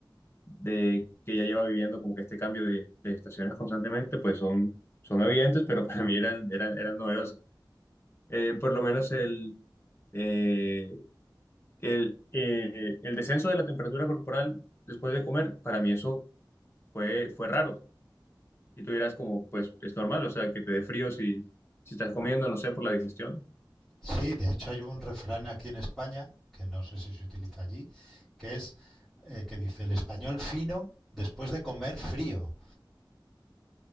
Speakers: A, on the left; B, in the centre.
A: de que ya lleva viviendo como que este cambio de, de estaciones constantemente, pues son, son evidentes, pero <laughs> para mí eran, eran, eran novedosas. Eh, por lo menos el, eh, el, eh, el descenso de la temperatura corporal después de comer, para mí eso fue, fue raro. Y tú dirás como, pues es normal, o sea, que te dé frío si, si estás comiendo, no sé, por la digestión.
B: Sí, de hecho hay un refrán aquí en España, que no sé si se utiliza allí, que es eh, que dice el español fino después de comer frío.